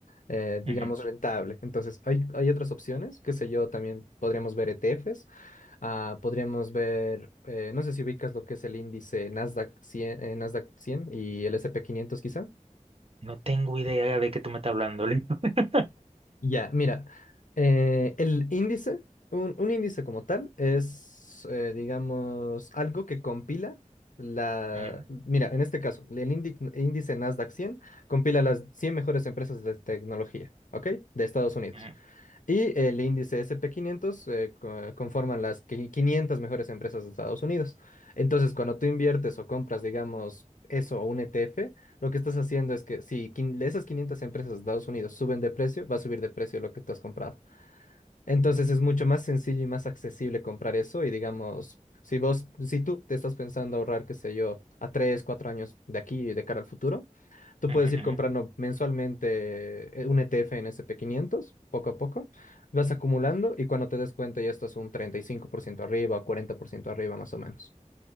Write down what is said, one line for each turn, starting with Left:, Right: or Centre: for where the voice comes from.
Left: eh, digamos,
Right: ujú.
Left: rentable. Entonces, hay, hay otras opciones, qué sé yo, también podríamos ver ETFs, ah, podríamos ver, eh, no sé si ubicas lo que es el índice Nasdaq 100, eh, Nasdaq 100 y el S&P 500 quizá.
Right: No tengo idea de qué tú me estás hablando, Lin. <laughs>
Left: Ya, mira, eh, el índice, un, un índice como tal es, eh, digamos, algo que compila la,
Right: Ujú,
Left: mira, en este caso, el indi- índice Nasdaq 100 compila las 100 mejores empresas de tecnología, ¿ok? De Estados Unidos.
Right: ujú,
Left: Y el índice S&P 500 eh, co- eh, conforman las qui- 500 mejores empresas de Estados Unidos. Entonces, cuando tú inviertes o compras, digamos, eso o un ETF, lo que estás haciendo es que si quin- esas 500 empresas de Estados Unidos suben de precio, va a subir de precio lo que tú has comprado. Entonces es mucho más sencillo y más accesible comprar eso y digamos, si vos, si tú te estás pensando ahorrar, qué sé yo, a tres, cuatro años de aquí y de cara al futuro, tú
Right: ujú,
Left: puedes ir
Right: ujú.
Left: comprando mensualmente eh, un ETF en S&P 500 poco a poco, vas acumulando y cuando te des cuenta ya estás un 35% arriba, o cuarenta por ciento arriba más o menos.